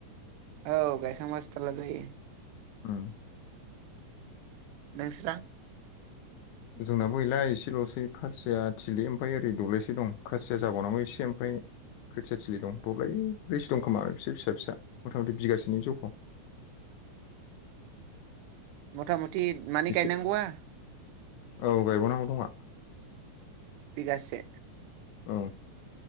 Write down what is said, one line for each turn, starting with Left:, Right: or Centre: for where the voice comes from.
Right: औ गायखांबासो थारला जायो।
Left: उम।
Right: नोंस्रा
Left: जोंनाबो गैला एसेल'सै खासिया थिलि ओमफ्राय ओरै दब्लायसे दं खासिया जाबावनांगौ एसे ओमफ्राय खोथियाथिलि दं दब्लाय ब्रैस दं खोमा एस फिसा फिसा मथा मथि बिगासेनि जख'।
Right: मथा मथि मानै
Left: एसे
Right: गायनांगौआ
Left: औ गायबावनांगौ दंआ।
Right: बिगासे
Left: औ।